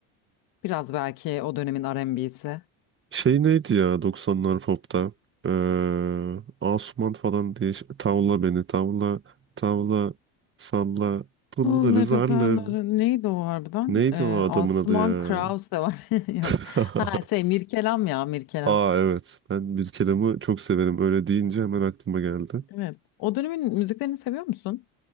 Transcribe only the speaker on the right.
Şey neydi ya 90'lar pop'ta? Ee, Asuman falan diye ş- tavla beni tavla tavla salla pulları
zarlar.
Neydi
o adamın
adı ya?
<laughs>
Aa evet ben bir kelamı çok severim öyle deyince hemen aklıma geldi.